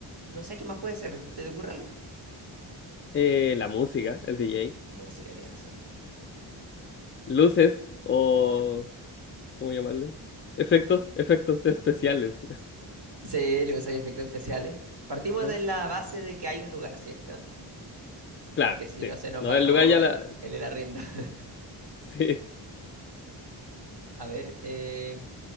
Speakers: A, on the right; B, on the left.
A: no sé qué más puede ser. ¿Te te ocurre algo?
B: Eh, la música, el DJ.
A: Música, tienes razón.
B: luces o, ¿cómo llamarle? Efectos, efectos especiales.
A: Sí, le usáis efectos especiales. Partimos
B: <laughs> ¿Eh?
A: de la base de que hay un lugar, ¿cierto?
B: Claro,
A: Porque si
B: sí.
A: no se nos
B: No,
A: va
B: el
A: todo
B: lugar ya
A: en,
B: la...
A: en
B: <laughs>
A: el arriendo. <laughs>
B: Sí.
A: A ver, eh,